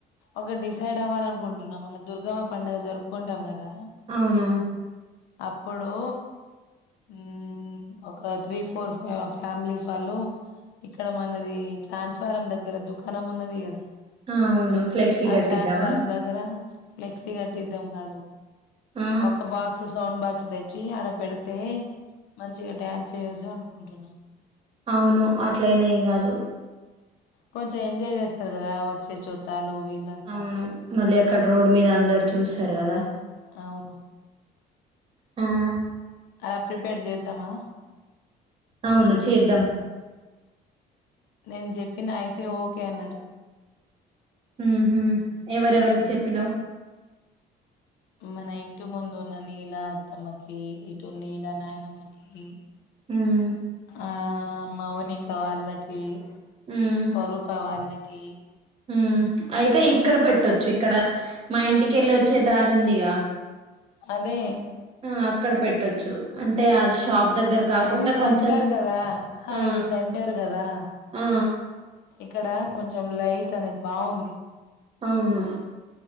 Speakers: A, on the left (about 80°); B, on the right (about 35°).
A: ఒక డిసైడ్ అవ్వాల అనుకుంటున్న మొన్న దుర్గమ పండుగ జరుపుకుంటాం గదా
B: అవును
A: అప్పుడూ ఊమ్ ఒక త్రీ ఫోర్ ఫ్యా ఫ్యామిలీస్ వాళ్ళు ఇక్కడ మనది ట్రాన్స్ఫారం దగ్గర దుకాణం ఉన్నది గదా
B: ఆ! అవును ఫ్లెక్సీ
A: ఆ
B: కట్టిద్దామా
A: ట్రాన్స్ఫారం దగ్గర ఫ్లెక్సీ కట్టిద్దాం కాదు
B: ఆ
A: ఒక బాక్ సౌండ్ బాక్స్ తెచ్చి ఆడ పెడితే మంచిగా డ్యాన్స్ చేయొచ్చు అనుకుంటున్నా
B: అవును అట్లయిన ఏం కాదు
A: కొంచెం ఎంజాయ్ చేస్తారు కదా వచ్చే చుట్టాలు వీళ్లంతా
B: అవును మళ్ళీ అక్కడ రోడ్ మీద అందరు చూస్తారు కదా
A: అవును
B: హ్మ్
A: అలా ప్రిపేర్ చేద్దామా
B: అవును చేద్దాం
A: నేను చెప్పిన అయితే ఓకే అన్నారు
B: ఉహ్మ్ ఎవరెవరికి
A: ఉమ్.
B: చెప్పినావు
A: మన ఇంటి ముందు ఉన్న నీల అత్తమ్మకి ఇటు నీల నాయనమ్మకి
B: మ్మ్
A: ఆ మౌనిక వాళ్లకి
B: ఉమ్
A: స్వరూప వాళ్ళకి ఇ
B: ఉమ్ అయితే ఇక్కడ పెట్టొచ్చు ఇక్కడ మా ఇంటికెళ్ళి వచ్చే దారి ఉందిగా
A: అదే
B: ఆ అక్కడ పెట్టొచ్చు అంటే అంటే అది షాప్ దగ్గర కాకుండా
A: అది సెంటర్
B: కొంచెం
A: కదా
B: ఆ
A: ఇది సెంటర్ కదా
B: ఆ
A: ఇక్కడ కొంచెం లైట్ అనేది బాగుంది
B: అవును